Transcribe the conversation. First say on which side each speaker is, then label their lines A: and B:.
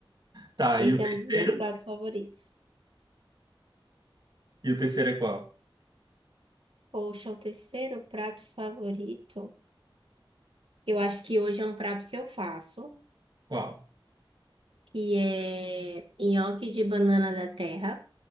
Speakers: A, on the right; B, on the right.
A: Tá,
B: Esse
A: e o terceiro?
B: é um dos meus pratos favoritos.
A: E o terceiro é qual?
B: Poxa, o terceiro prato favorito. Eu acho que hoje é um prato que eu faço,
A: Qual?
B: que é nhoque de banana da terra,